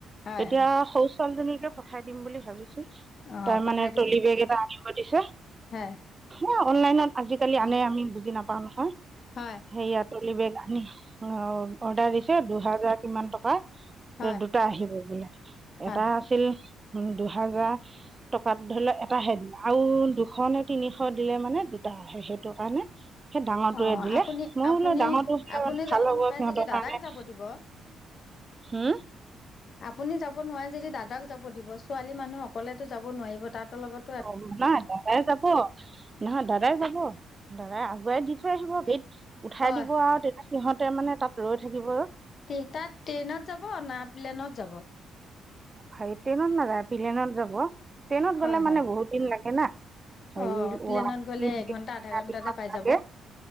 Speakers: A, on the left; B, on the right.
A: হয়
B: এতিয়া
A: হয়
B: শৌচ ছোৱালীজনীকে পঠাই দিম বুলি ভাবিছো
A: অঁ
B: তাৰ
A: পঠাই
B: মানে
A: দিব
B: টলি বেগ এটা আনিব দিছে
A: হয়।
B: অ' অনলাইনত আজিকালি আনে আমি বুজি নাপাও নহয়।
A: হয়।
B: সেয়া তলি বেগ আনি অৰ্ডাৰ দিছে দুহাজাৰ কিমান টকা
A: হয়
B: দুটা আহিব বোলে
A: হয়
B: এটা আছিল উম দুহাজাৰ টকাত ধৰি লওক এটা হেড আও দুখন নে তিনিশ দিলে মানে দুটা আহে সেইটো কাৰণে সেই ডাঙৰটোৱে
A: অঁ
B: দিলে
A: আপুনি
B: মইও
A: আপুনি
B: বুলো ডাঙৰটো <unintelligible>
A: আপুনি
B: ভাল
A: যাব
B: হ'ব
A: নোৱাৰে
B: সিহঁতৰ
A: যদি দাদাক
B: কাৰণে।
A: যাব দিব
B: হোম
A: আপুনি যাব নোৱাৰে যদি দাদাক যাব দিব ছোৱালী মানুহ অকলেতো যাব নোৱাৰিব তাহতৰ লগত
B: <unintelligible> নাই দদাই যাব। নহয় দাদাই যাব দাদাই আগুৱাই দি থৈ আহিব গেত উঠাই
A: হয়
B: দিব আৰু তেত সিহঁতে মানে তাত ৰৈ থাকিব
A: তি তাত ট্ৰেইনত যাব না প্লেনত যাব।
B: হাই ট্ৰেইনত নাযায় প্লেনত যাব ট্ৰেইনত
A: হয়
B: গলে মানে
A: হয়।
B: বহুত দিন লাগে না। হেৰি
A: অ' প্লেনত গ'লে এঘন্টা আধা ঘন্টাতে পাই যাব।
B: <unintelligible>